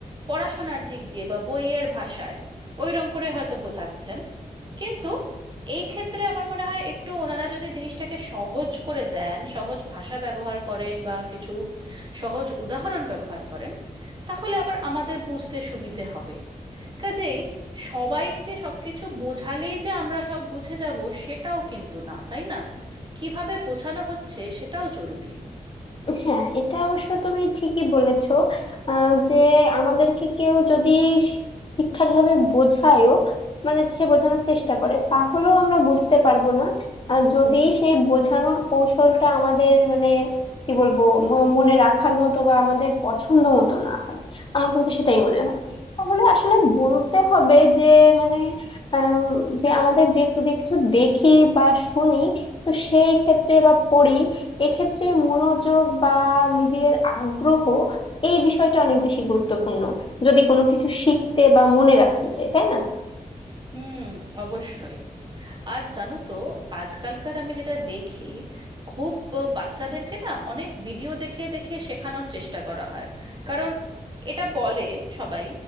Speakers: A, on the right; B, on the left.
A: পড়াশোনার দিক দিয়ে বা বইয়ের ভাষায় ওইরকম করে হয়তো বোঝাচ্ছেন কিন্তু এই ক্ষেত্রে আমার মনে হয় একটু ওনারা যদি জিনিসটাকে সহজ করে দেন সহজ ভাষা ব্যবহার করেন বা কিছু সহজ উদাহরণ ব্যবহার করেন তাহলে আবার আমাদের বুঝতে সুবিধে হবে কাজেই সবাই যে সবকিছু বোঝালেই যে আমরা সব বুঝে যাব সেটাও কিন্তু না তাই না কিভাবে বোঝানো হচ্ছে সেটাও জরুরি
B: হ্যাঁ এটা অবশ্য তুমি ঠিকই বলেছো আহ, যে আমাদেরকে কেউ যদি ঠিকঠাক ভাবে বোঝায়ও মানে সে বোঝানোর চেষ্টা করে তাহলেও আমরা বুঝতে পারবো না আর যদি সেই বোঝানোর কৌশলটা আমাদের মানে কি বলবো ম- মনে রাখার মতো বা আমাদের পছন্দ মতো না হয় আমার কিন্তু সেটাই মনে হয় তাহলে আসলে বলতে হবে যে মানে আহ, যে আমাদের যে যে কিছু দেখি বা শুনি তো সেই ক্ষেত্রে বা পড়ি এক্ষেত্রে মনোযোগ বা নিজের আগ্রহ এই বিষয়টা অনেক বেশি গুরুত্বপূর্ণ যদি কোনো কিছু শিখতে বা মনে রাখতে চাই তাই না
A: হুম অবশ্যই আর জানো তো আজকালকার আমি যেটা দেখি খুব আহ, বাচ্চাদেরকে না অনেক ভিডিও দেখিয়ে দেখিয়ে শেখানোর চেষ্টা করা হয় কারণ এটা বলে সবাই